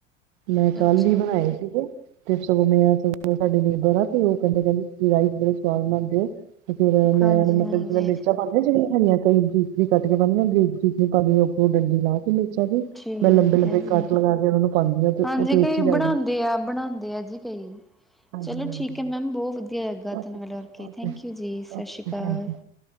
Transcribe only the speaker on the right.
ਮੈਂ ਕੱਲ
ਹੀ
ਬਣਾਏ ਸੀਗੇ। ਤੇ ਸਵੇਰੇ ਮੈਂ ਸਾਡੇ ਲਬਰ ਤੇ ਉਹ ਕਹਿੰਦੇ ਰਾਈਸ ਬੜੇ ਸਵਾਦ ਬਣਦੇ ਆ। ਤੇ ਫੇਰ ਮੈਂ
ਮਤਲਬ
ਨਾ ਕਿ। ਪਾਉਂਦੇ ਜਿਹੜੀਆਂ ਹੈੀਆਂਈ ਚੀਚਰੀ ਕੱਟ ਕੇ ਪਾਉਂਦੇ ਗਰੀਕ ਚੀਚਰੀ ਪਾਉਂਦੇ ਉੱਰੋਂ ਡੰਡੀ ਲਾ ਕੇ ਮਿਰਚਾਂ ਕੇ।
ਮੈਂ ਲੰਬੇ ਲੰਬੇ
ਕੱਟ ਲਗਾ ਉਹਨਾਂ ਨੂੰ ਪਾਉਂਦੀ ਹਾਂ ਤੇ
ਉਹ ਟੇਸਟੀ
ਲੱਗਦੇ
ਹਾਂਜੀ
ਹਾਂਜੀ
ਓਕੇ
ਓਕੇ
ਓਕੇ
ਥੈਂਕ ਯੂ